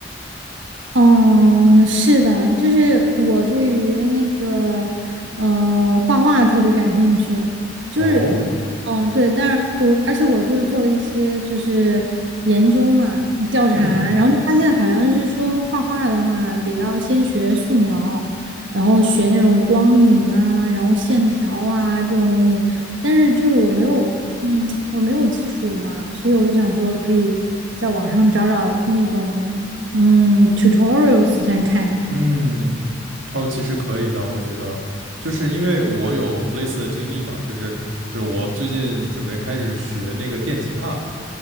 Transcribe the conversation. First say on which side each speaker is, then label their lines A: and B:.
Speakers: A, on the right; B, on the right.
A: 嗯，是的，就是我对于那个，嗯，画画特别感兴趣，就是，
B: 哦，
A: 嗯，对，但是我而且我就是做了一些就是研究嘛，调查，
B: 嗯
A: 然后就发现好像是说画画的话得要先学素描，然后学那种光影啊，然后线条啊这种东西，但是就是我没有。嗯，我没有基础嘛，所以我就想说可以在网上找找那种嗯 tutorials 先看一看。
B: 嗯，哦，其实可以的，我觉得。就是因为我有类似的经历嘛，就是就是我最近准备开始学那个电吉他，